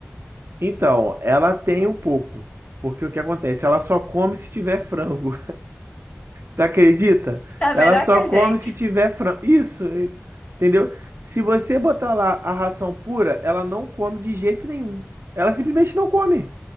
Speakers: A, on the right (about 70°); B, on the left (about 30°).
A: Então, ela tem um pouco. Porque o que acontece? Ela só come se tiver frango. Tu acredita?
B: Tá
A: Ela
B: melhor
A: só
B: que a
A: come
B: gente.
A: se tiver frango. Isso, e- entendeu? Se você botar lá a ração pura, ela não come de jeito nenhum. Ela simplesmente não come.